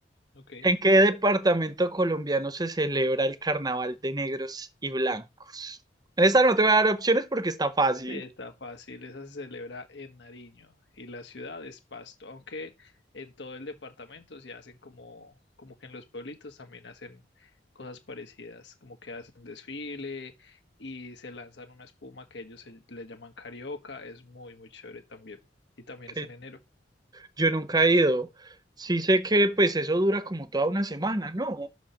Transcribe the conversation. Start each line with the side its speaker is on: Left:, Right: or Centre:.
Left: Ok.
Right: ¿En qué departamento colombiano se celebra el Carnaval de Negros y Blancos? En esta no te voy a dar opciones porque está fácil.
Left: Sí, está fácil. Esa se celebra en Nariño y la ciudad es Pasto, aunque en todo el departamento se hacen como, como que en los pueblitos también hacen cosas parecidas, como que hacen desfile y se lanzan una espuma que ellos se- le llaman carioca. Es muy, muy chévere también. Y también
Right: que
Left: es en enero.
Right: yo nunca he ido. Sí sé que pues eso dura como toda una semana, ¿no?